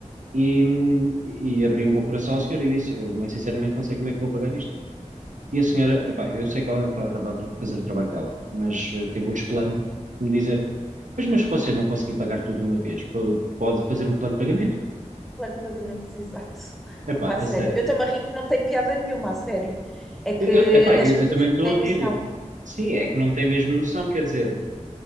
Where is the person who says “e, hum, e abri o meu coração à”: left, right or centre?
Right